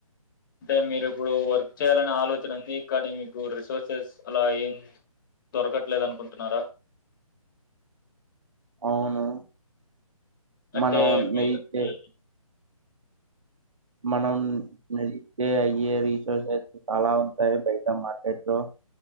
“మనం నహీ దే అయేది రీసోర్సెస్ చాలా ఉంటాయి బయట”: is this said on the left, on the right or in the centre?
Right